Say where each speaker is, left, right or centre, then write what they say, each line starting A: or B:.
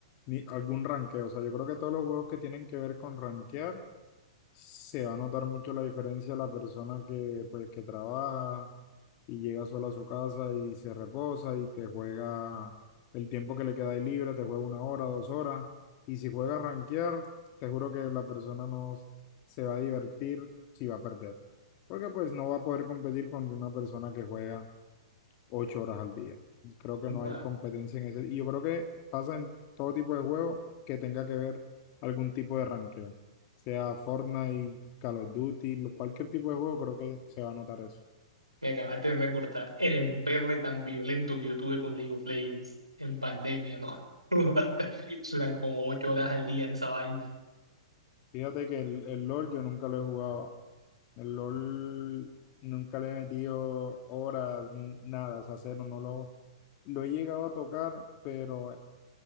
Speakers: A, on the left; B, on the right.
A: ni- algún ranqueo. O sea, yo creo que todos los juegos que tienen que ver con ranquear se va a notar mucho la diferencia la persona que pues que trabaja y llega solo a su casa y se reposa y te juega el tiempo que le queda ahí libre, te juega una hora, dos horas. Y si juega a rankear, te juro que la persona no s- se va a divertir si va a perder. Porque pues no va a poder competir con una persona que juega ocho horas al día. Creo que
B: Compa,
A: no hay competencia en ese. Y yo creo que pasa en todo tipo de juego que tenga que ver algún tipo de ranqueo, sea Fortnite, Call of Duty, lo- cualquier tipo de juego, creo que se va a notar eso.
B: Me acabaste de recordar el emperre tan violento que yo tuve con League of Legends en pandemia, ¿no? <laughs> Eran como 8 horas al día en esa vaina.
A: Fíjate que el, el LOL yo nunca lo he jugado. El LOL nunca le he metido horas, nu- nada, o sea, cero, no lo, lo he llegado a tocar, pero